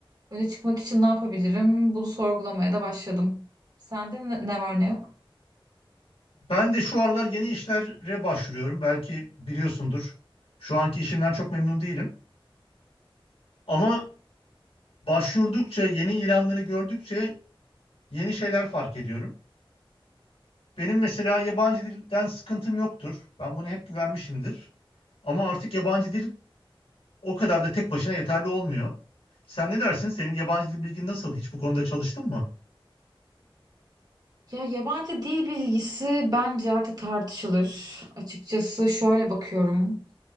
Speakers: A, on the right; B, on the left.
A: öne çıkmak için ne yapabilirim? Bunu sorgulamaya da başladım. Sende ne ne var ne yok?
B: Ben de şu aralar yeni işlere başvuruyorum. Belki biliyorsundur. Şu anki işimden çok memnun değilim. Ama başvurdukça, yeni ilanları gördükçe yeni şeyler fark ediyorum. Benim mesela yabancı dilden sıkıntım yoktur. Ben bunu hep güvenmişimdir. Ama artık yabancı dil o kadar da tek başına yeterli olmuyor. Sen ne dersin? Senin yabancı dil bilgin nasıl? Hiç bu konuda çalıştın mı?
A: Ya yabancı dil bilgisi bence artık tartışılır. Açıkçası şöyle bakıyorum.